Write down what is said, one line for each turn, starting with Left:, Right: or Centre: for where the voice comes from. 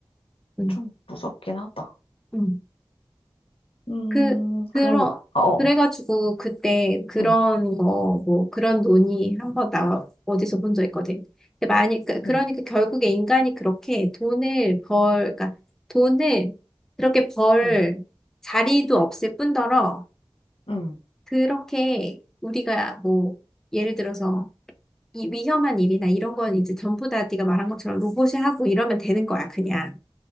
Centre: 응.
Left: 좀 무섭긴 하다.
Centre: 응.
Left: 음,
Centre: 그, 그러,
Left: 그럼, 어, 어.
Centre: 그래가지고 그때 그런
Left: 응,
Centre: 거, 뭐 그런 논의 한 번 나, 어디서 본 적 있거든. 근데 만약에, 그러니까
Left: 응,
Centre: 결국에 인간이 그렇게 돈을 벌, 그러니까 돈을 그렇게 벌
Left: 응,
Centre: 자리도 없을 뿐더러
Left: 응,
Centre: 그렇게 우리가 뭐 예를 들어서 이 위험한 일이나 이런 건 이제 전부 다 네가 말한 것처럼 로봇이 하고 이러면 되는 거야, 그냥.